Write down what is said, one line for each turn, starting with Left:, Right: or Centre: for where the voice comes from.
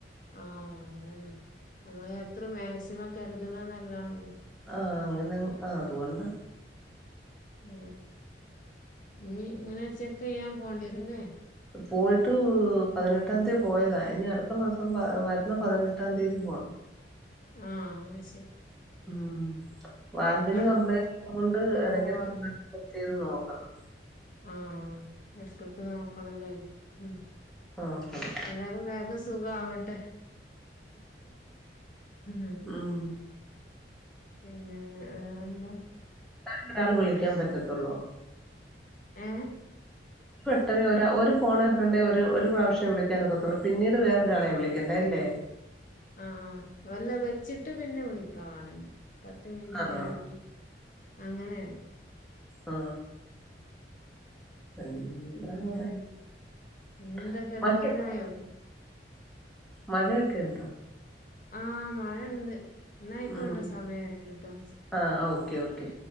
Left: ആഹ് അതന്നെ നമ്മള് എത്ര മാക്സിമം കരുതുന്നത് നല്ലതാണത്
Centre: ആഹ് അങ്ങനെ ആഹ് അതുകൊണ്ട
Left: ആ നീ ഇങ്ങനെ ചെക്ക് ചെയ്യാൻ പോണ്ടിവരുംലെ
Centre: പോയിട്ടു പതിനെട്ടാം തീയതി പോയതാ ഇനി അടുത്ത മാസം വരുന്ന പതിനെട്ടാം തീയതി പോണം
Left: ആഹ്
Centre: ഉം വാൽവിന്
Left: നിങ്ങള്
Centre: കംപ്ലയിന്റ് ഉള്ളത് കൊണ്ട്
Left: കൂടെ
Centre: ഇടക്കിടക്ക്
Left: പോവാതി
Centre: ബ്ലഡ് ടെസ്റ്റ് ചെയ്ത് നോക്കണം
Left: ആഹ് ഇടക്കിടക്ക് നോക്കണല്ലേ ഉം
Centre: നോക്കണം
Left: ഏതായലും വേഗം സുഖാവട്ടെ ഉം
Centre: ഉം
Left: പിന്നെ വേറെന്താ
Centre: ഞൻ ഒരാള് വിളിക്കാൻ പറ്റത്തുള്ളൂ
Left: ഏഹ്
Centre: പെട്ടെന്ന് ഒര ഒര് ഫോന്നേ ഫ്രണ്ടേ ഒരു ഒര് പ്രാവശ്യ വിളിക്കാനൊക്കത്തുള്ളൂ പിന്നീട് വേറൊരാളെ വിളിക്കെണ്ടെ ഏ
Left: ആ ആ വല്ല വെച്ചിട്ട് പിന്നെ വിളിക്ക വാണെങ്കി പത്ത് മിനിറ്റ്
Centre: ആണോ
Left: കഴിഞ്ഞിട്ട് അങ്ങനെയാണ്
Centre: ആ ആ <unintelligible>
Left: പിന്നെ ഇനിയെന്താ കെടക്കാനായോ
Centre: മഴയൊക്കെണ്ടോ
Left: ആ മഴ ണ്ട് ന്നാ അയ്ക്കോട്ടേ
Centre: ഉം
Left: സമയായിണ്ട്ട്ടോ
Centre: ആ ഓക്കെ ഓക്കെ